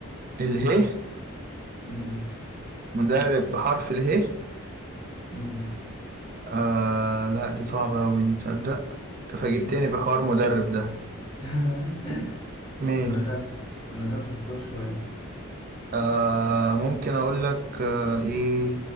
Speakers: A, on the right; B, on the left.
A: اله
B: مم.
A: مدرب بحرف اله
B: مم.
A: آه لا دي صعبة أوي دي تصدق تفاجئتني بحوار مدرب ده
B: <laughs> أنا
A: ماشي
B: دخلت دخلت في كورة شوية
A: آه ممكن أقول لك آه إيه